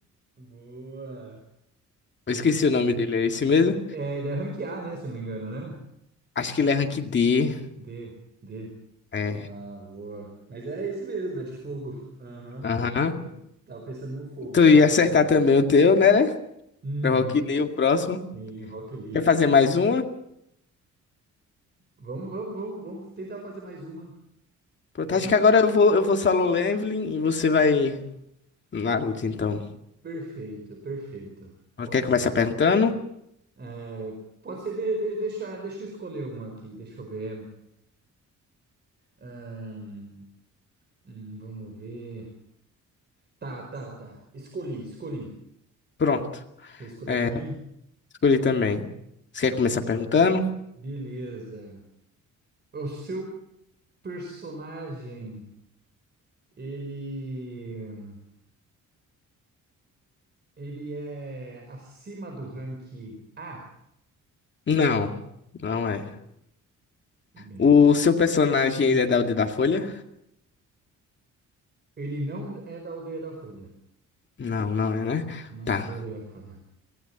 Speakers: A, on the right; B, on the left.
A: Boa.
B: Eu
A: É
B: esqueci
A: isso.
B: o nome dele, é esse mesmo?
A: É, ele é rank A, né? Se eu não me engano, né?
B: Acho que ele é rank D.
A: D, D.
B: É.
A: Ah, boa. Mas era esse mesmo, é de fogo. Aham.
B: Aham.
A: Tava pensando no fogo,
B: Tu
A: que ele
B: ia
A: usa
B: acertar
A: fogo.
B: também o teu, né, né?
A: Uhum.
B: Pro Rock Lee, o próximo.
A: Sim, Rock Lee.
B: Quer fazer mais uma?
A: Vamos, vamos, vamos, vamos tentar fazer mais uma.
B: Pronto,
A: Vamos.
B: acho que agora eu vou, eu vou solo leveling e você vai Naruto, então.
A: Perfeito, perfeito. Pode
B: Quer começar
A: ser.
B: perguntando?
A: É, pode ser, de- de- deixa, deixa eu escolher um aqui, deixa eu ver. Ahn, hum, hum, vamos ver. Tá, tá, tá. Escolhi, escolhi.
B: Pronto.
A: Você escolheu
B: É,
A: também?
B: escolhi também. Você quer começar perguntando?
A: Beleza. O seu personagem, ele, ele é acima do rank A?
B: Não, não é.
A: Ah, Bem.
B: O seu personagem, ele é da Aldeia da Folha?
A: Ele não é da Aldeia da Folha.
B: Não, não é, né?
A: Não, não
B: Tá.
A: é da Aldeia da Folha.